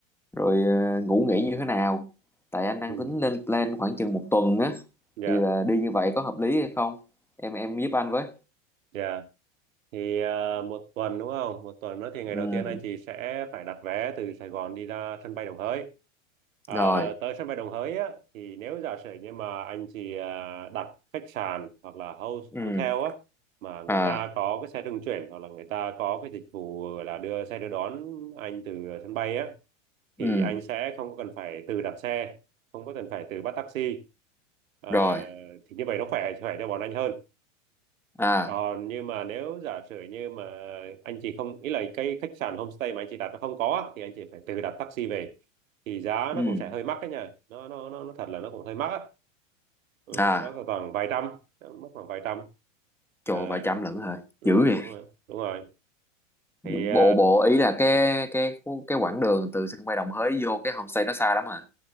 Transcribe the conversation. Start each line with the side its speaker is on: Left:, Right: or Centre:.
Centre: rồi ờ, ngủ nghỉ như thế nào. Tại anh đang
Right: ừ
Centre: tính lên plan khoảng chừng một tuần á
Right: dạ
Centre: thì là đi như vậy có hợp lý hay không? Em em giúp anh với.
Right: dạ thì à, một tuần đúng không một tuần nữa thì ngày
Centre: Ừ,
Right: đầu tiên anh chị sẽ phải đặt vé từ Sài Gòn đi ra sân bay Đồng Hới à,
Centre: rồi.
Right: tới sân bay Đồng Hới á thì nếu giả sử như mà anh chị à, đặt khách sạn hoặc là house
Centre: Ừ.
Right: hotel á mà người
Centre: À,
Right: ta có cái xe trung chuyển hoặc là người ta có cái dịch vụ là đưa xe đưa đón anh từ sân bay á thì
Centre: ừ,
Right: anh sẽ không có cần phải tự đặt xe không có cần phải tự bắt taxi Ờ,
Centre: rồi.
Right: thì như vậy nó khỏe khỏe cho bọn anh hơn
Centre: À.
Right: Còn nhưng mà nếu giả sử như mà anh chị không ý là cái khách sạn homestay mà anh chị đặt nó không có á, thì anh chị phải tự đặt taxi về thì giá
Centre: Ừ.
Right: nó cũng sẽ hơi mắc đấy nha nó nó nó nó thật là nó cũng hơi mắc á ừ,
Centre: à
Right: đó khoảng vài trăm nó mất khoảng vài trăm
Centre: trời
Right: Ờ,
Centre: ơi, vài trăm lận hả
Right: ừ,
Centre: dữ vậy
Right: đúng rồi đúng rồi
Centre: bộ
Right: thì ờ,
Centre: bộ ý là cái cái cái quãng đường từ sân bay Đồng Hới vô cái homestay nó xa lắm à